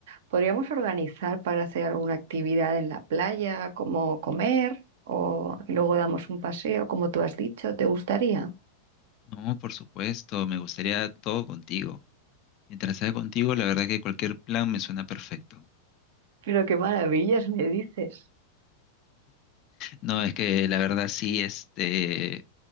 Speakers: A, on the right; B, on the left.
A: podríamos organizar para hacer alguna actividad en la playa, como comer, o y luego damos un paseo, como tú has dicho, ¿te gustaría?
B: No, por supuesto, me gustaría todo contigo. Mientras sea contigo, la verdad que cualquier plan me suena perfecto.
A: Pero qué maravillas me dices.
B: No, es que la verdad sí, este,